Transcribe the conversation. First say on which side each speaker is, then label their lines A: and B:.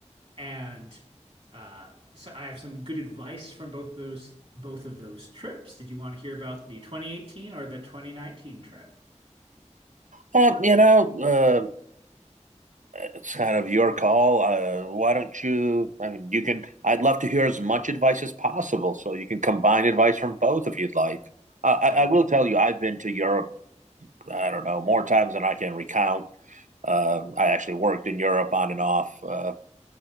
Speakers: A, on the right; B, on the right.
A: and uh, so I have some good advice from both those both of those trips. Did you want to hear about the 2018 or the 2019 trip?
B: Well, you know, uh, it's kind of your call. Uh, why don't you? I mean, you can. I'd love to hear as much advice as possible, so you can combine advice from both if you'd like. Uh,
A: Sound?
B: I, I will tell you, I've been to Europe. I don't know more times than I can recount. Um, I actually worked in Europe on and off, uh,